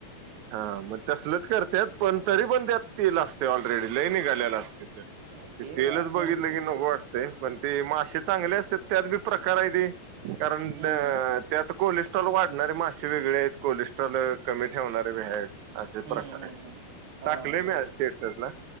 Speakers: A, on the right; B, on the right.
A: हा मग तसलच करतेत पण तरी पण त्यात तेल असते ऑलरेडी लैय निघालेला ते
B: हा,
A: तेलच
B: असणारच
A: बघितलं
B: रे
A: की नको वाटतेय पण ते मासे चांगले असते त्यात बी प्रकार हायती कारण
B: हम्म
A: त्यात कोलेस्ट्रॉल वाढणारे मासे वेगळे आहेत कोलेस्ट्रॉल कमी ठेवणारे बी आहेत. असे
B: हम्म
A: प्रकार
B: हम्म
A: आहेत
B: हम्म
A: टाकलंय
B: हा
A: मी
B: बरोबर
A: आज स्टेटसला